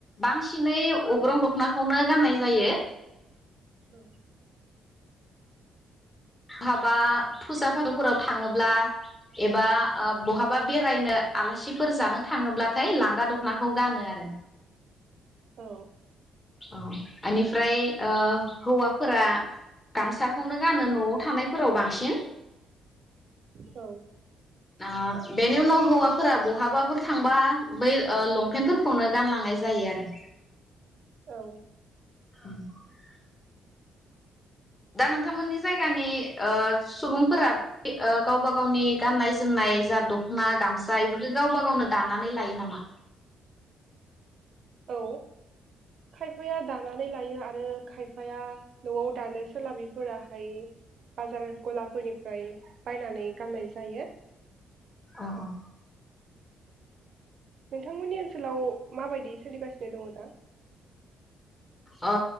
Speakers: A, on the left; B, on the right.
A: बांसिनै अग्रं दखनाखौनो गाननाय जायो।
B: औ।
A: बहाबा फुजा फाथलफोराव थाङोब्ला एबा ओ बहाबा बेरायनो आलासिफोर जानो थाङोब्लाथाय लांगा दखनाखौ गानो आरो।
B: औ
A: अ। इनिफ्राय ओ हौवाफोरा गामसाखौनो गानो न'आव। थानायफोराव बांसिन।
B: औ।
A: ओ बेनि उनाव हौवाफोरा बहाबाफोर थांबा बै ओ लंपेन्टफोरखौनो गानलांनाय जायो आरो।
B: औ।
A: <inaudible> दा नोंथांमोननि जायगानि ओ सुबुंफोरा ओ गावबा गावनि गाननाय जोमनाय जा दखना गामसा इफोरखौ गावबा गावनो दानानै लायो नामा?
B: औ खायफाया दानानै लायो आरो खायफाया नआव दानो सोलाबिफोराहाय बाजार गलाफोरनिफ्राय बायनानै गाननाय जायो।
A: अ।
B: नोंथांमोननि ओनसोलाव माबायदि सोलिगासिनो दङ दा?
A: अ